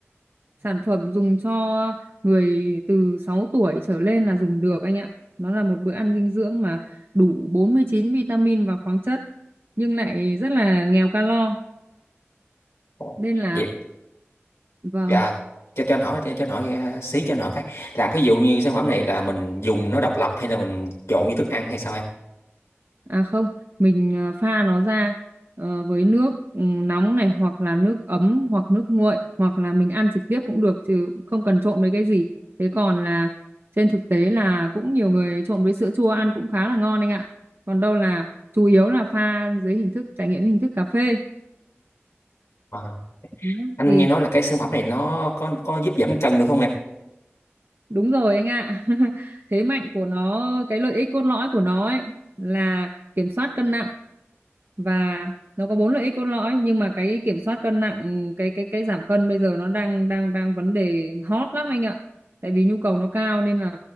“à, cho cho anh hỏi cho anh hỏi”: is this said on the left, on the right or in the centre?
Left